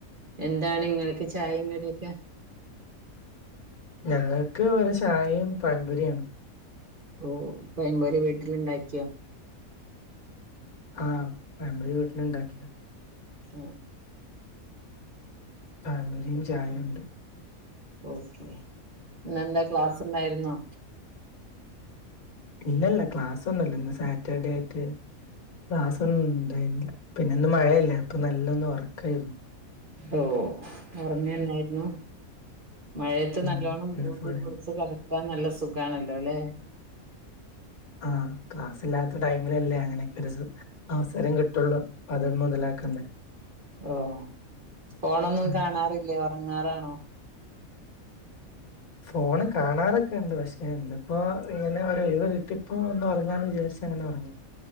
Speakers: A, on the right; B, on the left.
A: എന്താണ് നിങ്ങളെക്ക് ചായയും കടിയൊക്കെ?
B: ഞങ്ങെക്ക് ഇവെടെ ചായയും പഴമ്പൊരിയാണ്.
A: ഓ പൊയപ്പൊരി വീട്ടില് ഉണ്ടാക്കിയോ?
B: ആഹ് പഴപ്പൊരി വീട്ടിലൊണ്ടാക്കിയതാ.
A: ആഹ്
B: പഴപ്പൊരിയും ചായയൊണ്ട്.
A: ഓക്കെ. ഇന്നെന്താ ക്ലാസ് ഉണ്ടായിരുന്നോ?
B: ഇല്ല ഇല്ല ക്ലാസ് ഒന്നുല്ല ഇന്ന് സാറ്റർഡേയായ്ട്ട് ക്ലാസ് ഒന്നും ഉണ്ടായിന്നില്ല. പിന്നെ ഇന്നു മഴയല്ലേ അപ്പ നല്ലൊന്ന് ഉറക്കാരുന്നു.
A: ഓ ഉറങ്ങെന്നാരുന്നു. മഴയത്ത്
B: ഉം
A: നല്ലോണ്ണം മൂടി
B: ഇന്ന് ഫുൾ
A: പൊതെച്ച് കെടക്കാൻ നല്ല സുഖാണല്ലോ അല്ലേ.
B: ആഹ് ക്ലാസില്ലാത്ത ടൈമിലല്ലേ അങ്ങനെയൊക്കെരിത്. അവസരം കിട്ടുള്ളൂ അത് മുതലാക്കണ്ടേ.
A: ഓ ഫോണൊന്നും
B: ഉം
A: കാണാറില്ലേ ഉറങ്ങാറാണോ?
B: ഫോണ് കാണാറൊക്കെണ്ട് പക്ഷേ ഇന്നിപ്പോൾ ഇങ്ങനെ ഒരൊഴിവ് കിട്ടിപ്പോൾ ഒന്ന് ഒറങ്ങാന്ന് വിചാരിച്ചങ്ങനെ ഒറങ്ങി.